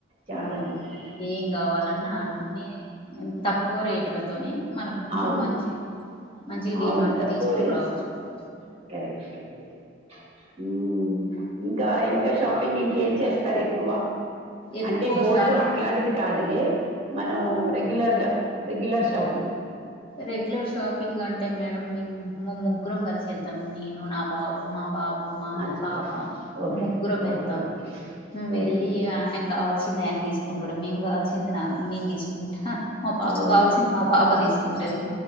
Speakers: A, on the right; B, on the left.
A: చాలా
B: మనం
A: ఉంటాయి
B: ఏం కావాలన్నా అన్ని తక్కువ రేట్లతోనీ మనకు
A: అవును
B: మంచి మంచిగా డిమార్ట్
A: అవును
B: లో
A: తక్కువ
B: తీసుకొని
A: రేట్స్
B: రావచ్చు
A: లో
B: కదా
A: కరెక్ట్ కరెక్ట్ మ్ ఇంకా ఇంకా షాపింగ్ ఇంకేం చేస్తారు ఎక్కువ
B: ఎక్కువ
A: అంటే గోల్డ్
B: షాప్
A: అట్లాంటిది కాదు లే మనం రెగ్యులర్ గా రెగ్యులర్ షాపింగే
B: రెగ్యులర్ షాపింగ్ అంటే మేడం మేం ము ముగ్గురం కలిసి ఎల్ తమ్ నేను నా బాబ్ మా బాబ్ మా
A: అచ్చా
B: పాప
A: ఓకే
B: ముగ్గురం వెళ్తాం
A: ఓకే ఓకే
B: వెళ్ళి
A: ఓకే
B: ఇగ ఆయనకు కావల్సి నాయ్ ఆయనే తీసుకుంటాడు మేం కావాల్సింది నా నేను తీసుకుంటా మా పాప
A: అవునవును
B: కావాల్సింది
A: అవును
B: మా పాప తీసు కుంటది